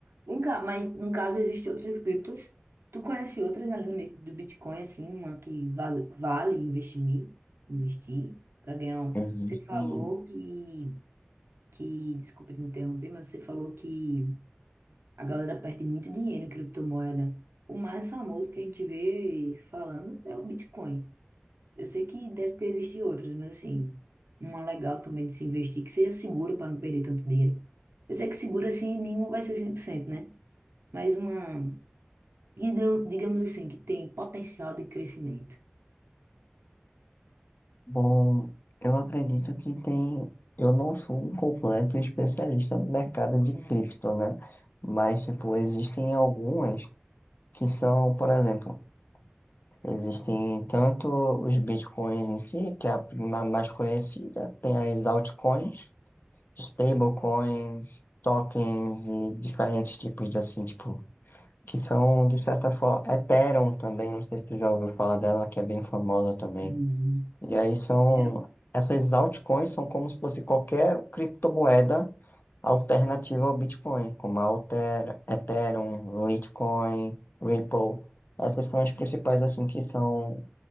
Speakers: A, on the right; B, on the left.
A: Vem cá, mas no caso existem outras criptos. Tu conhece outras além do meio- do Bitcoin, assim, uma que vale, vale investir, investir para ganhar um.
B: existem.
A: Você falou que, que, desculpa te interromper, mas você falou que a galera perde muito dinheiro em criptomoeda. O mais famoso que a gente vê falando é o Bitcoin. Eu sei que deve ter existido outras, mas assim, uma legal também de se investir, que seja segura para não perder tanto dinheiro. Eu sei que segura assim, nenhuma vai ser cem por cento né? Mas uma, digam- digamos assim, que tem potencial de crescimento.
B: Bom, eu acredito que tem. Eu não sou um completo especialista no mercado de cripto, né? Mas, tipo, existem algumas que são, por exemplo, existem tanto os bitcoins em si, que é a na mais conhecida, tem as altcoins, Stablecoins, tokens e diferentes tipos de assim, tipo, que são de certa forma. Ethereum também, não sei se tu já ouviu falar dela, que é bem famosa também.
A: Hum.
B: E aí são.
A: Era-
B: Essas altcoins são como se fosse qualquer criptomoeda alternativa ao Bitcoin, como a Alter, Ethereum, Litecoin, Ripple. Essas são as principais, assim, que são